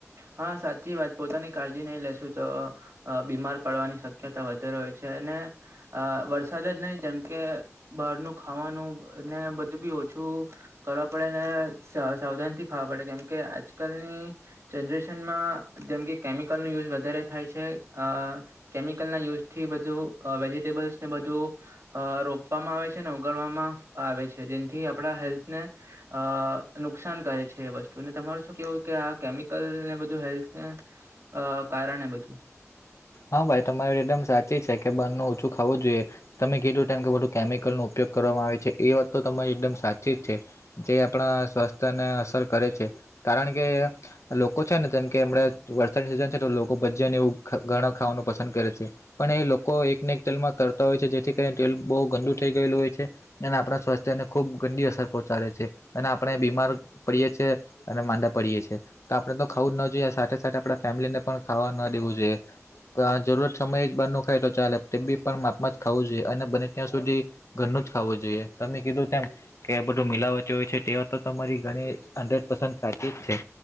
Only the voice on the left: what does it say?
હા ભાઈ તમારી એકદમ સાચી છે કે બારનુ ઓછું ખાવું જોઈએ. તમે કીધું તેમ કે બધું કેમિકલનો ઉપયોગ કરવામાં આવે છે એ વાત તો તમારી એકદમ સાચી જ છે. જે આપણા સ્વાસ્થ્યને અસર કરે છે. કારણ કે લોકો છે ને જેમ કે એમણે વરસાદની સિઝન છે તો લોકો ભજિયા ને એવું ઘ ઘણા ખાવાનું પસંદ કરે છે. પણ એ લોકો એકને એક તેલમાં તરતા હોય છે જેથી કરીને તેલ બહુ ગંદુ થઈ ગયેલું હોય છે. અને આપણા સ્વાસ્થ્યને ખુબ ગંડી અસર પહોંચાડે છે અને આપણે બીમાર પડીએ છે અને માંદા પડીએ છે. તો આપડણે તો ખાવું ના જોઈએ સાથે સાથે આપડા ફેમિલી ને પણ ખાવા ના દેવું જોઈએ. તો જરૂરત સમય જ બાર નું ખાય તો ચાલે તે બી પણ માપમાં જ ખાવું જોઈએ અને બને ત્યાં સુધી ઘરનું જ ખાવું જોઈએ તમે કીધું તેમ. કે બધું મિલાવતી હોય છે તે વાત તો તમારી ઘણી હંડ્રેડ પરસેન્ટ સાચી જ છે.